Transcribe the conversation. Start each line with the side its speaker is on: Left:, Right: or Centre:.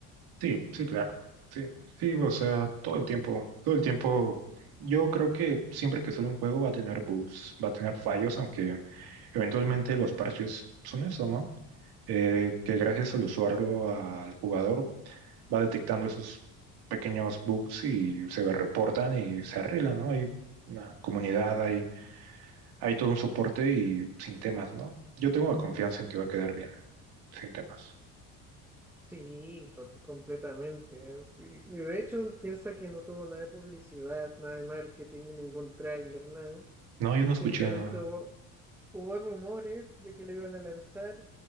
Right: Sí, sí, claro. Sí, sí, o sea, todo el tiempo, todo el tiempo. Yo creo que siempre que sale un juego va a tener bugs, va a tener fallos, aunque eventualmente los parches son eso, ¿no? Eh, que gracias al usuario, al jugador, va detectando esos pequeños bugs y se reportan y se arreglan, ¿no? Hay una comunidad, hay, hay todo un soporte y sin temas, ¿no? Yo tengo la confianza en que va a quedar bien, sin temas.
Centre: Sí, to- completamente. ¿eh? Y De hecho, piensa que no tuvo nada de publicidad, nada de marketing, ningún tráiler, nada.
Right: No, yo no
Centre: Simplemente
Right: escuché, nada.
Centre: hubo, hubo rumores de que lo iban a lanzar